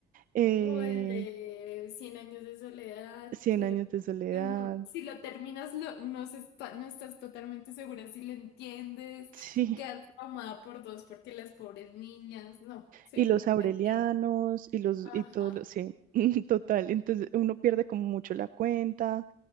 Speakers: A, on the right; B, on the left.
A: eh,
B: O el de Cien años de soledad,
A: Cien
B: que
A: años de soledad,
B: mm, si lo terminas lo- no, se está- no estás totalmente segura si lo entiendes,
A: sí,
B: quedas traumada por dos porque las pobres niñas, no, sí,
A: y los aurelianos
B: te entiendo.
A: y los
B: Ajá.
A: y todos los, sí, <laughs> total. Entonces uno pierde como mucho la cuenta.